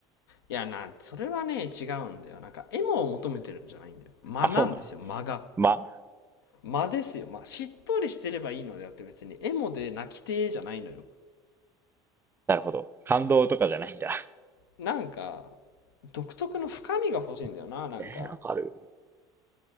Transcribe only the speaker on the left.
や、な、それはね、違うんだよ。なんか、エモを求めてるんじゃないんだよ。間なんですよ、
間が。
間ですよ。まあ、しっとりしてればいいのであって別に、エモで泣きてーじゃないのよ。
なんか、独特の深みが欲しいんだよな、
なんか。